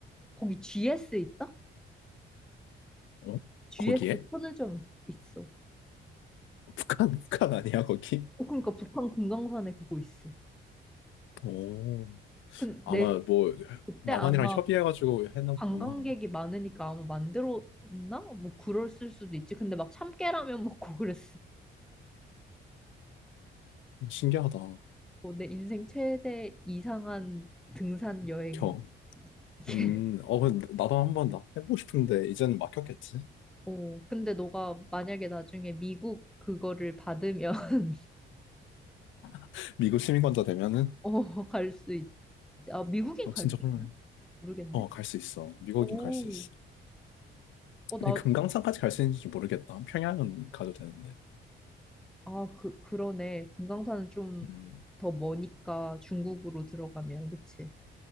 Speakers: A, in the centre; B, on the left.
A: 거기 GS 있다?
B: 어?
A: GS
B: 거기에?
A: 편의점 있, 있어.
B: <laughs> 북한, 북한 아니야, 거기?
A: 어, 그러니까 북한 금강산에 그거 있어.
B: 오,
A: 근데
B: 아마 뭐,
A: 그때
B: 남한이랑
A: 아마
B: 협의해가지고 해놨구나
A: 관광객이 많으니까 아마 만들었나? 뭐 그랬을 수도 있지. 근데 막 참깨라면 먹고 그랬어.
B: 신기하다.
A: 어, 내 인생 최대 이상한 등산 여행이야.
B: 겨.
A: <laughs>
B: 음, 어, 근데 나도 한번 나 해보고 싶은데, 이제는 막혔겠지?
A: 어, 근데 너가 만약에 나중에 미국 그거를 받으면 <laughs>
B: <laughs> 미국 시민권자 되면은,
A: 어, 갈 수 있. 아, 미국인
B: 어,
A: 갈
B: 진짜
A: 수
B: 그러면,
A: 있 모르겠네.
B: 어, 갈 수 있어. 미국인
A: 오.
B: 갈 수 있어.
A: 어, 나,
B: 근데 금강산까지 갈 수 있는지 모르겠다. 평양은 가도 되는데.
A: 아, 그, 그러네. 금강산은 좀
B: 음,
A: 더 머니까 중국으로 들어가면, 그치?